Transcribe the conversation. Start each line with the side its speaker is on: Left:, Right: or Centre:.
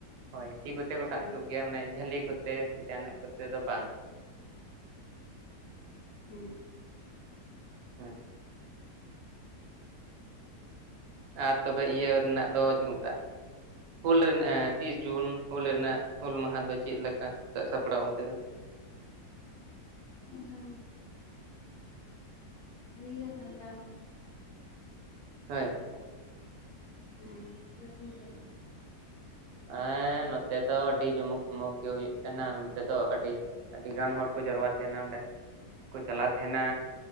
Right: ᱦᱳᱭ ᱛᱤ ᱠᱚᱛᱮ ᱠᱚ ᱥᱟᱵ
Left: ᱦᱮᱸ
Right: ᱚᱪᱚᱜ ᱜᱮᱭᱟ ᱢᱟᱱᱮ ᱡᱷᱟᱹᱞᱤ ᱠᱚᱛᱮ ᱥᱮ ᱡᱟᱦᱟᱱᱟᱜ ᱠᱚᱛᱮ ᱫᱚ ᱵᱟᱝ ᱾
Left: ᱦᱮᱸ ᱾
Right: ᱦᱮᱸ ᱾ ᱟᱨ ᱛᱚᱵᱮ ᱤᱭᱟᱹ ᱨᱮᱱᱟᱜ ᱫᱚ ᱪᱮᱫ ᱠᱩ ᱢᱮᱛᱟᱜᱼᱟ? ᱦᱩᱞ ᱨᱮᱱᱟᱜ ᱛᱤᱥ ᱡᱩᱱ ᱦᱩᱞ ᱨᱮᱱᱟᱜ ᱦᱩᱞ ᱢᱟᱦᱟ ᱫᱚ ᱪᱮᱫ ᱞᱮᱠᱟ ᱥᱟᱹᱛ ᱥᱟᱯᱲᱟᱣ ᱚᱱᱛᱮ ᱫᱚ?
Left: <unintelligible> ᱵᱷᱟᱜᱤ ᱜᱮ ᱥᱟᱵ ᱵᱟᱲᱟ ᱦᱳᱭ
Right: ᱦᱳᱭ ᱾
Left: ᱦᱮᱸ ᱟᱯᱮ ᱥᱮᱱ ᱫᱚ ᱪᱮᱫ ᱞᱮᱠᱟ?
Right: ᱦᱮᱸ ᱱᱚᱛᱮ ᱫᱚ ᱟᱹᱰᱤ ᱡᱚᱢᱚᱠ ᱥᱚᱢᱚᱠ ᱜᱮ ᱦᱩᱭᱩᱜ ᱠᱟᱱᱟ ᱱᱚᱱᱛᱮ ᱫᱚ ᱟᱹᱰᱤ ᱟᱹᱰᱤ ᱜᱟᱱ ᱦᱚᱲ ᱠᱚ ᱡᱟᱨᱣᱟ ᱛᱟᱦᱮᱱᱟ ᱚᱸᱰᱮ ᱾ ᱠᱩ ᱪᱟᱞᱟᱜ ᱛᱟᱦᱮᱱᱟᱻ